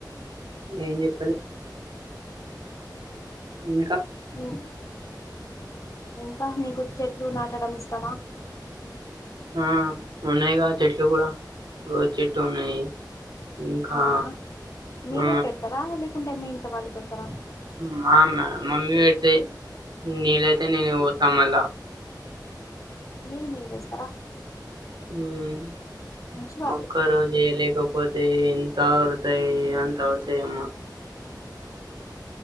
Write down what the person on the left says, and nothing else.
ఇం ఇంకా మీకు చెట్లు నాటడం ఇష్టమా
అవునా మీరే
పెడతారా లేకుంటే మీ ఇంట్లో వాళ్ళు పెడతారా
నీది మీరు వేస్తారా
మంచి వాళ్ళు